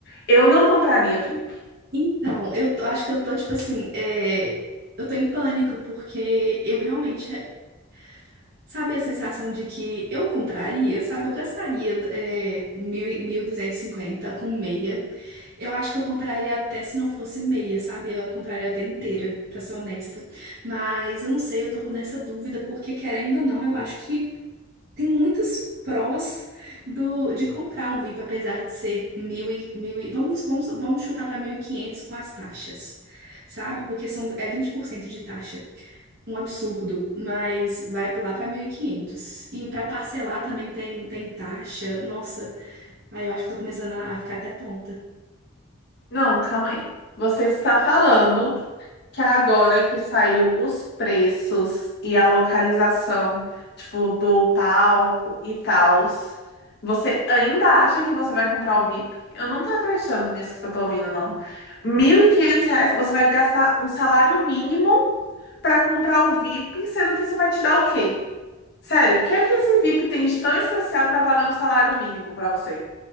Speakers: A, on the left (about 50°); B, on the right (about 45°).
A: Eu não compraria VIP.
B: Então, eu tô- acho que eu tô, tipo assim, é, eu tô em pânico, porque eu realmente, é, sabe a sensação de que eu compraria, sabe? Eu gastaria é, mil, e- 1.250 com meia. Eu acho que eu compraria até se não fosse meia, sabe? Eu compraria até inteira, pra ser honesta. Mas eu não sei, eu tô nessa dúvida, porque querendo ou não, eu acho que Tem muitos prós do, de comprar um VIP, apesar de ser mil e, mil e vamos, vamos, vamos chutar para 1.500 com as taxas, sabe? Porque são, é 20% de taxa. Um absurdo, mas vai lá para 1.500. E quinhentos. E para parcelar também tem, tem taxa. Nossa, aí eu acho que tô começando a, a ficar até tonta.
A: Não, calma aí. Você está falando que agora que saiu os preços e a localização, tipo, do palco e tal, você ainda acha que você vai comprar o VIP? Eu não tô acreditando nisso que eu tô ouvindo, não. 1.500 reais, você vai gastar um salário mínimo para comprar o VIP, sendo que isso vai te dar o quê? Sério, o que é que esse VIP tem de tão especial para valer um salário mínimo para você?